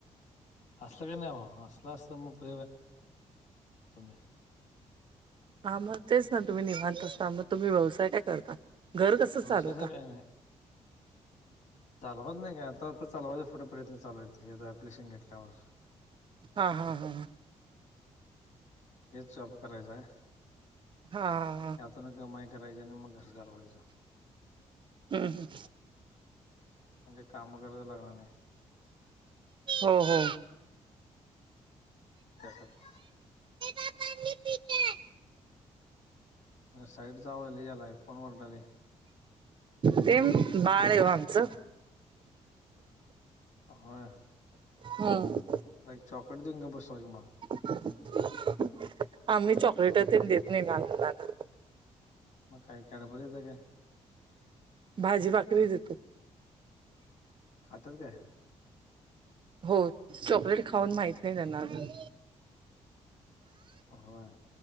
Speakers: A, on the left; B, on the right.
A: असल काय नाहीवा. असल असत मग <unintelligible>
B: हं मग तेच ना तुम्ही निवांत असता. मग तुम्ही व्यवसाय काय करता? घर कसं
A: पावसाचं
B: चालवता?
A: काय नाही चालवत नाही काय आता आता चालवायचा पुढे प्रयत्न चालू आहेत हे अप्लिकेशन घेतल्यावर.
B: आं हां हा हा
A: हेच चालू करायच हाय.
B: आहांहा.
A: त्यातून कमाई करायची आणि मग घर चालवायचं.
B: हम्. हम.
A: म्हणजे काम करायच लागणार नाहीतं.
B: हो. हो.
A: त्यासाठी --
B: <inaudible>
A: मला साईटचा आवाज लई यालायं. कोण ओरडाय लागलयं?
B: ते बाळ हाय ओ आमचं.
A: होय.
B: हम्म.
A: तेला एक चॉकलेट देऊन गप्प बसवा की मगं.
B: <inaudible> आम्ही चॉकलेट तेन देत नाही लहान मुलांना.
A: मग काय कॅडबरी देतायं काय?
B: भाजी भाकरी देतो.
A: खात्यात काय?
B: हो. चॉकलेट खाऊन माहित नाही त्यांना अजुन.
A: होय.